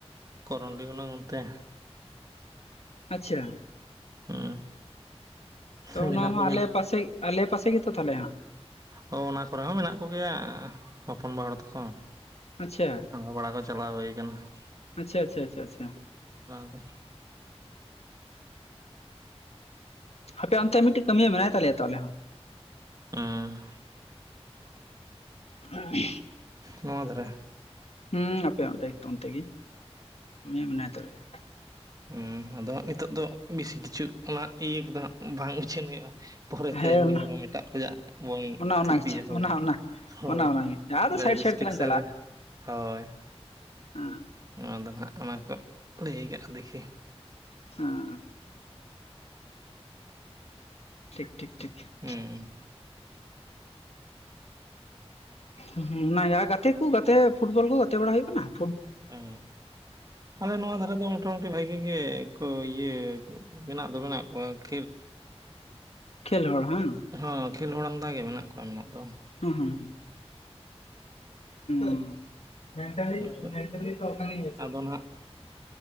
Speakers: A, on the right; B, on the left.
A: ᱠᱚᱨᱚᱱᱰᱤ ᱦᱩᱱᱟᱹᱝ ᱚᱱᱛᱮ ᱾
B: ᱟᱪᱪᱷᱟ ᱾
A: ᱦᱩᱸ
B: ᱛᱚ
A: ᱢᱮᱱᱟᱜ
B: ᱚᱱᱟ ᱢᱟ
A: ᱫᱚ ᱢᱮᱱᱟᱜ
B: ᱟᱞᱮ ᱯᱟᱥᱮ ᱟᱞᱮ ᱯᱟᱥᱮ ᱜᱮᱛᱚ ᱛᱟᱦᱚᱞᱮ ᱦᱟᱸᱜ ᱾
A: ᱚ, ᱚᱱᱟ ᱠᱚᱨᱮ ᱦᱚᱸ ᱢᱮᱱᱟᱜ ᱠᱚ ᱜᱮᱭᱟ ᱦᱚᱯᱚᱱᱵᱟ ᱦᱚᱲ ᱛᱟᱠᱚ ᱾
B: ᱟᱪᱪᱷᱟ ᱾
A: ᱵᱟᱲᱟ ᱠᱚ ᱪᱟᱞᱟᱣ ᱦᱩᱭ ᱟᱠᱟᱱᱟ ᱾
B: ᱟᱪᱪᱷᱟ ᱟᱪᱪᱷᱟ ᱟᱪᱪᱷᱟ ᱟᱪᱪᱷᱟ ᱾
A: ᱫᱚ
B: ᱟᱯᱮ ᱚᱱᱛᱮ ᱢᱤᱫᱴᱤᱡ ᱠᱟᱹᱢᱤᱭᱟᱹ ᱢᱮᱭ ᱛᱟᱞᱮᱭᱟ ᱛᱟᱦᱮ ᱦᱚᱸ
A: ᱦᱩᱸ ᱾
B: ᱟᱨ <unintelligible>
A: ᱱᱚᱣᱟ ᱫᱷᱟᱨᱮ ᱾
B: ᱦᱮᱸ ᱟᱯᱮᱭᱟᱜ ᱚᱸᱰᱮ ᱚᱱ ᱛᱮᱜᱮ ᱢᱟᱭ ᱢᱮᱱᱟᱭ ᱛᱟᱞᱮᱭᱟ ᱾
A: ᱦᱮᱸ, ᱟᱫᱚ ᱱᱤᱛᱚᱜ ᱫᱚ ᱵᱮᱥᱤ ᱠᱤᱪᱷᱩ ᱚᱱᱟ ᱤᱭᱟᱹ ᱠᱚᱫᱚ ᱦᱟᱸᱜ ᱵᱟᱝ ᱩᱪᱷᱟᱹᱱ ᱦᱩᱭᱩᱜᱼᱟ ᱾ ᱯᱚᱨᱮᱛᱮ
B: ᱦᱮᱸ
A: ᱮᱢᱱᱤ
B: ᱚᱱᱟ
A: ᱵᱚᱨᱚᱢ ᱮᱴᱟᱜ ᱛᱮᱭᱟᱜ ᱵᱚᱱ
B: ᱚᱱᱟ ᱚᱱᱟ ᱚᱱᱟ
A: ᱛᱷᱩᱛᱤᱭᱟ
B: ᱜᱮᱪᱚ
A: ᱦᱳᱭ
B: ᱚᱱᱟ ᱚᱱᱟ
A: ᱦᱳ
B: ᱚᱱᱟ ᱚᱱᱟᱜᱮ
A: ᱾
B: ᱟᱫᱚ
A: ᱚᱸᱰᱮ
B: ᱥᱟᱭᱤᱰ
A: ᱨᱤᱥᱴᱤᱠ
B: ᱥᱟᱭᱤᱰ ᱛᱮᱞᱟᱝ
A: ᱥᱮᱱ ᱨᱮ ᱦᱳᱭ ᱾
B: ᱦᱩᱸ ᱾
A: ᱱᱚᱣᱟ ᱫᱚ ᱱᱟᱦᱟᱜ ᱚᱱᱟᱠᱚ ᱞᱟᱹᱭ ᱠᱟᱫᱟ ᱫᱮᱠᱷᱤ ᱾
B: ᱦᱮᱸ ᱴᱷᱤᱠ ᱴᱷᱤᱠ ᱴᱷᱤᱠ ᱾
A: ᱦᱩᱸ ᱾
B: ᱦᱩᱸ, ᱚᱱᱟ ᱜᱮ ᱟᱨ ᱜᱟᱛᱮ ᱠᱚ ᱜᱟᱛᱮ ᱯᱷᱩᱴᱵᱚᱞ ᱠᱚ ᱜᱟᱛᱮ ᱵᱟᱲᱟ ᱦᱩᱭᱩᱜ ᱠᱟᱱᱟ ᱾
A: ᱦᱩᱸ ᱾ ᱟᱞᱮ ᱱᱚᱣᱟ ᱫᱷᱟᱨᱮ ᱫᱚ ᱢᱚᱴᱟᱢᱩᱴᱤ ᱵᱷᱟᱜᱤ ᱜᱮ ᱠᱚ ᱤᱭᱟᱹ ᱢᱮᱱᱟᱜ ᱫᱚ ᱢᱮᱱᱟᱜ ᱠᱚᱣᱟ ᱾
B: ᱠᱷᱮᱞ ᱦᱚᱲ ᱦᱟᱝ
A: ᱦᱚᱸ, ᱠᱷᱮᱞ ᱦᱚᱲ ᱟᱢᱫᱟ ᱜᱮ ᱢᱮᱱᱟᱜ ᱠᱚᱣᱟ ᱢᱮᱱᱟᱜ ᱫᱚ ᱾
B: ᱦᱩᱸ ᱦᱩᱸ ᱾ <unintelligible> ᱢᱮᱱᱴᱟᱞᱤ
A: ᱟᱫᱚ
B: ᱢᱮᱱᱴᱟᱞᱤ ᱛᱚ ᱠᱟᱱ ᱜᱮᱭᱟ ᱪᱮ
A: ᱟᱫᱚ
B: ᱾
A: ᱱᱟᱦᱟᱜ